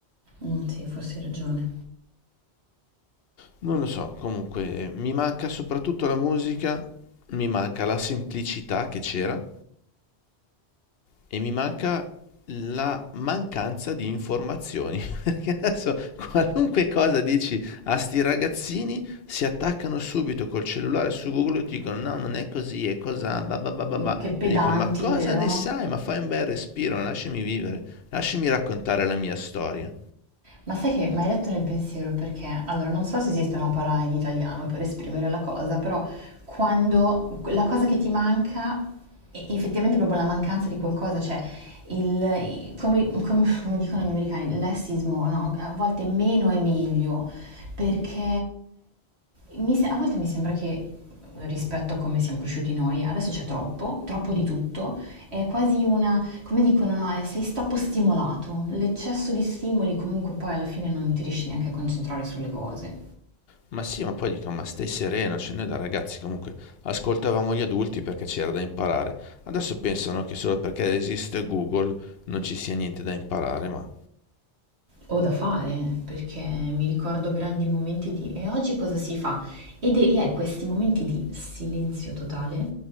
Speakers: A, on the right; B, on the left.
A: Mm, sì, forse hai ragione.
B: Non lo so, comunque mi manca soprattutto la musica, mi manca la semplicità che c'era. e mi manca la mancanza di informazioni. <laughs> Perché adesso qualunque cosa dici a sti ragazzini si attaccano subito col cellulare su Google e ti dicono no, non è così, è cos'ha, ba ba ba ba ba.
A: Che pedanti,
B: E dico ma cosa
A: vero?
B: ne sai? Ma fai un bel respiro, lasciami vivere, lasciami raccontare la mia storia.
A: Ma sai che mi hai letto nel pensiero perché, allora, non so se esiste una parola in italiano per esprimere la cosa, però quando la cosa che ti manca è effettivamente proprio la mancanza di qualcosa, cioè il, come, come- come dicono gli americani, lessismo, no? A volte meno è meglio, perché mi se- a volte mi sembra che rispetto a come siamo cresciuti noi, adesso c'è troppo, troppo di tutto È quasi una, come dicono, no, è- sei troppo stimolato. L'eccesso di stimoli comunque poi alla fine non ti riesci neanche a concentrare sulle cose.
B: Ma sì, ma poi dico, ma stai sereno, cioè noi da ragazzi comunque ascoltavamo gli adulti perché c'era da imparare. Adesso pensano che solo perché esiste Google non ci sia niente da imparare, ma
A: Ho da fare, perché mi ricordo grandi momenti di e oggi cosa si fa? Ed è, e hai questi momenti di silenzio totale.